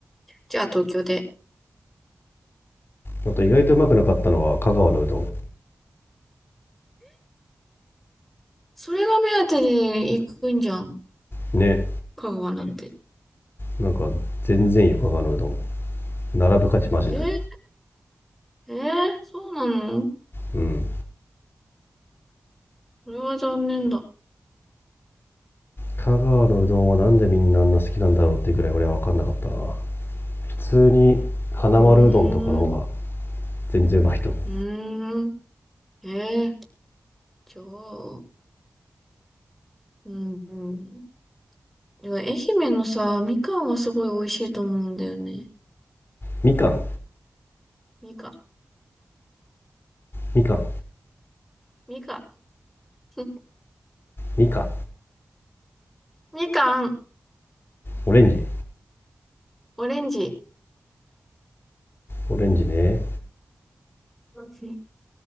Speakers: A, in the centre; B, on the left.
A: じゃあ東京で。
B: あと意外とうまくなかったのは香川のうど
A: それが目当てで行くんじゃん。
B: んね
A: 香川なんて。
B: なんか全然いいよ香川のうどん並ぶ価値マジない
A: えー、えー、そうなの
B: うん
A: それは残念だ。
B: 香川のうどんはなんでみんなあんな好きなんだろうっていうぐらい俺は分かんなかったな普通に花丸うどんとかの方が
A: うーん、
B: 全然うまいと思う
A: うーん。えー、じゃあ、うん、うん。でも愛媛のさ、みかんはすごい美味しいと思うんだよね。
B: みかん
A: みかん、
B: みかん
A: みかん、うん
B: みかん
A: みかん、
B: オレンジ
A: オレンジ。
B: オレンジね
A: うん